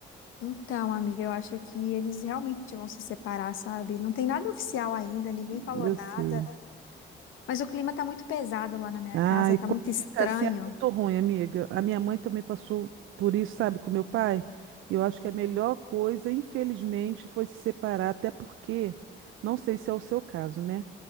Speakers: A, on the left; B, on the right.
A: Então, amiga, eu acho que eles realmente vão se separar, sabe? Não tem nada oficial ainda, ninguém
B: Eu
A: falou nada,
B: sei.
A: mas o clima tá muito pesado lá na minha
B: Ah,
A: casa,
B: e
A: tá
B: quando
A: muito
B: fica
A: estranho.
B: assim é muito ruim, amiga. A minha mãe também passou por isso, sabe, com meu pai. E Eu acho que a melhor coisa, infelizmente, foi se separar, até porque, não sei se é o seu caso, né?